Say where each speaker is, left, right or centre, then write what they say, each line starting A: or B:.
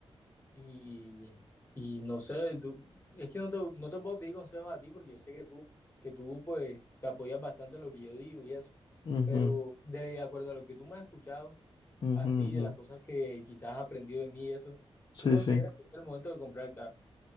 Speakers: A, on the left; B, on the left.
A: y, y no sé, tú- es que no te, no te puedo pedir consejos a ti porque yo sé que tú, que tú pues te apoyas bastante en lo que yo digo y eso,
B: Ujú,
A: pero de acuerdo a lo que tú me has escuchado,
B: ujú,
A: así,
B: ujú.
A: de las cosas que quizás has aprendido de mí y eso,
B: Sí,
A: ¿tú consideras
B: sí.
A: que es el momento de comprar el carro?